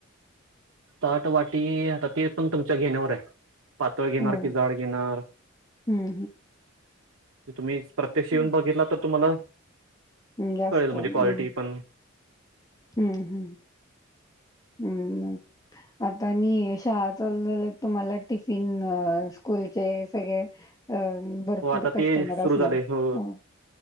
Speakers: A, on the right; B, on the left.
A: ताट वाटी आता ते पण तुमच्या घेण्यावर आहे. पातळ घेणार
B: हो
A: की जाड घेणार.
B: हम्म
A: तुम्ही प्रत्यक्ष येऊन
B: हम्म
A: बघितला तर तुम्हाला
B: जास्त
A: कळेल म्हणजे
B: हम्म
A: क्वालिटी पण.
B: हम्म हम्म. हम्म आता न यशा तुम्हाला टिफिन स्कूलचे सगळे अ भरपूर
A: हो आता
B: कस्टमर
A: ते सुरू
B: असणार
A: झाले हो
B: होम्.